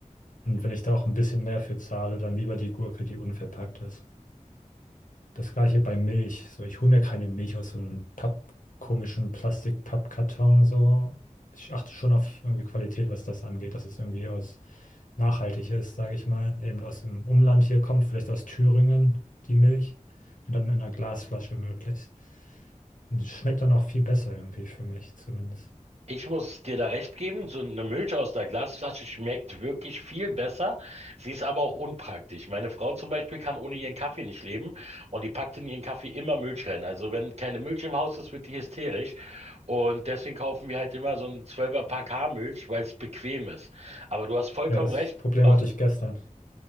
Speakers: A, on the left; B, on the right.
A: Und wenn ich da auch ein bisschen mehr für zahle, dann lieber die Gurke, die unverpackt ist. Das gleiche bei Milch. So, ich hole mir keine Milch aus so einem Papp, komischen Plastik-Pappkarton. So. Ich achte schon auf irgendwie Qualität, was das angeht, dass es irgendwie aus nachhaltig ist, sage ich mal. Eben aus dem Umland hier kommt, vielleicht aus Thüringen, die Milch. Und dann in einer Glasflasche möglichst. Und die schmeckt dann auch viel besser irgendwie für mich zumindest.
B: Ich muss dir da recht geben, so eine Milch aus der Glasflasche schmeckt wirklich viel besser. Sie ist aber auch unpraktisch. Meine Frau zum Beispiel kann ohne ihren Kaffee nicht leben und die packt in ihren Kaffee immer Milch rein. Also wenn keine Milch im Haus ist, wird die hysterisch. Und deswegen kaufen wir halt immer so einen 12er-Pack Haarmilch, weil es bequem ist. Aber du hast vollkommen
A: Ja, das
B: recht.
A: Problem
B: Aus
A: hatte ich gestern.